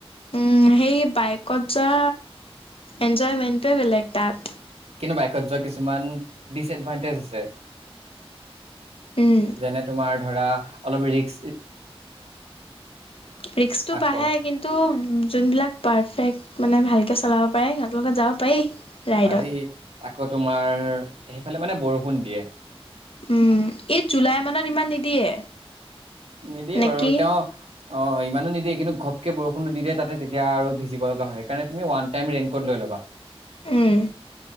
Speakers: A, on the left; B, on the right.
A: উম সেই বাইকত যোৱা এনজয়মেন্টটোৱে বেলেগ তাত
B: কিন্তু বাইকত যোৱা কিছুমান ডিচএডভানটেজ আছে
A: উম
B: যেনে তোমাৰ ধৰা অলপ ৰিস্ক
A: ৰিস্ক টো
B: আকৌ
A: বাঢ়ে কিন্তু যোনবিলাক পাৰফেক্ট মানে ভালকে চলাব পাৰে সিহঁতৰ লগত যাব পাৰি ৰাইডত
B: পাৰি আকৌ তোমাৰ সেইফালে মানে বৰষুণ দিয়ে
A: উম এই জুলাই মানত ইমান নিদিয়ে
B: নিদিয়ে বাৰু
A: নেকি
B: তেওঁ অ ইমানো নিদিয়ে কিন্তু ঘপকে বৰষুণটো দি দিয়ে তাতে তেতিয়া আৰু ভিজিব লগা হয় হেই কাৰণে তুমি ওৱান টাইম ৰেইনকোট লৈ লবা
A: উম